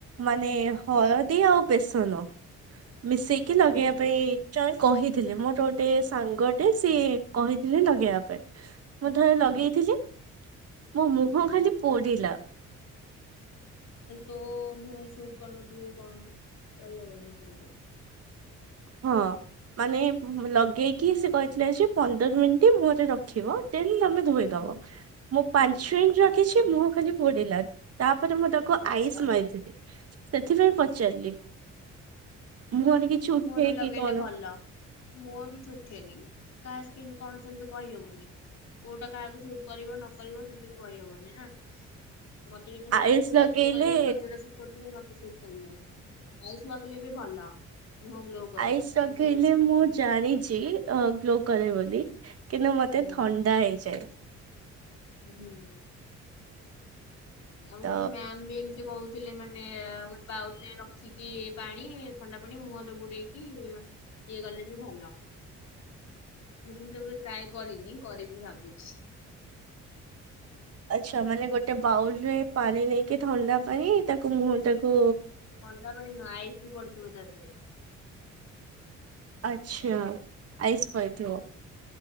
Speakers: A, on the right (about 50°); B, on the left (about 60°).
A: ମାନେ ହଳଦୀ ଆଉ ବେସ ମିଶେଇକି ଲଗେଇବା
B: ହୁଁ
A: ପାଇଁ <unintelligible> କହିଥିଲେ ମୋର ଗୋଟେ ସାଙ୍ଗଟେ ସିଏ କହିଥିଲେ ଲଗେଇବା ପାଇଁ। ମୁଁ ଥରେ
B: ହୁଁ
A: ଲଗେଇଥିଲି। ମୋ ମୁହଁ
B: ହୁଁ।
A: ଖାଲି ପୋଡିଲା।
B: ତୋ ମୁହଁ କୁ ଶୁଟ୍ କରୁ ନଥିବ କି କଣ କହିହବନି ସେମିତି।
A: ହଁ ମାନେ ଲଗେଇକି ସେ କହିଥିଲେ ଯେ ପନ୍ଦର ମିନିଟ୍ ମୁହଁରେ ରଖିବ ଦେନ୍ ତମେ ଧୋଇଦବ
B: ହୁଁ
A: ମୁଁ
B: ହୁଁ
A: ପାଞ୍ଚ ମିନିଟ୍ ରଖିଛି ମୁହଁ ଖାଲି ପଡିଲା ତା ତାପରେ ମୁଁ ତାକୁ
B: ଆଚ୍ଛା
A: ଆଇସ୍ ମାରିଥିଲି। ସେଥିପାଇଁ ପଚାରିଲି?
B: ହୁଁ।
A: ମୁଁହଁରେ କିଛି ଉଠେଇକି
B: ମୁଁହରେ ଲଗେଇଲେ
A: କଣ
B: ଭଲ ମୋର କିଛି ଉଠେନି। କାସ ସ୍କିନ କଣ ସେମିତି କହିହବନି କୋଉଟା କାହାକୁ ଶୁଟ୍ କରିବ ନକରିବ ସେମିତି ବି କହିହବନି ନା? ମତେ ଯୋଉଟା ଶୁଟ୍
A: ଆଇସ୍
B: କରୁଥିବ <unintelligible>
A: ଲଗେଇଲେ
B: ଶୁଟ୍ କରିବନି। ତତେ ଯୋଉଟା ଶୁଟ୍ ତୁମେ ମତେ ସୁଟ୍ <unintelligible> ଆଇସ୍ ଲଗେଇଲେ ବି ଭଲ। ମୁହଁ ଗ୍ଲୋ କରେ
A: ଆଇସ ଲଗେଇଲେ
B: ମୁଁ ଶୁଣିଚି।
A: ମୁଁ ଜାଣିଚି ଗ୍ଲୋ କ ବୋଲି। କିନ୍ତୁ ମତେ
B: ହୁଁ
A: ଥଣ୍ଡା ହେଇଯାଏ।
B: ହୁଁ ଆମ
A: ତ
B: ଗୋଟେ ମ୍ୟାମ ବି ଏମିତି କହୁ ଥିଲେ ମାନେ ଗୋଟେ ବାଉଲରେ ରଖିକି ପାଣି ଥଣ୍ଡା ପାଣି ମୁହଁରେ ବୁଡେଇକି ଇଏ ଗଲେ ବି ଭଲ। ମୁଁ ସେମିତିକେବେ ଟ୍ରାଏ କରିନି କରିିବି ଭାବୁଛି।
A: ଆଛା ମାନେ ଗୋଟେ ବାଉଲ ରେ ପାଣି ନେଇକି ଥଣ୍ଡା ପାଣି ତାକୁ ମୁହଁଟାକୁ
B: ଥଣ୍ଡା ପାଣି ନୁହଁ ଆଇସ୍ ବି ପଡିଥିବ ତା ଦେହରେ।
A: ଆଛା। ଆଇସ୍ ପଡ଼ିଥିବ,
B: ହୁଁ